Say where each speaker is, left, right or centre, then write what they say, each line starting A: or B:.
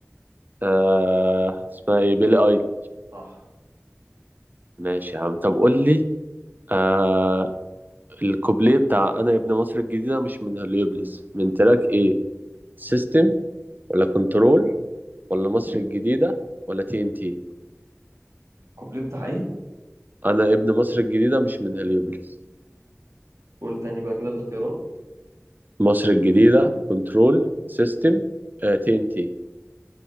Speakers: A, on the right; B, on the right.
A: آه اسمها ايه بيلي ايل
B: صح
A: ماشي يا عم طب قول لي آه الكوبليه بتاع انا يا ابن مصر الجديدة مش من هليوبلس من تراك ايه سيستم ولا كنترول ولا مصر الجديدة ولا تي ان تي
B: الكوبليه بتاع ايه
A: انا ابن مصر الجديده مش من هليوبلس
B: قول تاني بقى كده الاختيارات
A: مصر الجديده كنترول سيستم تي ان تي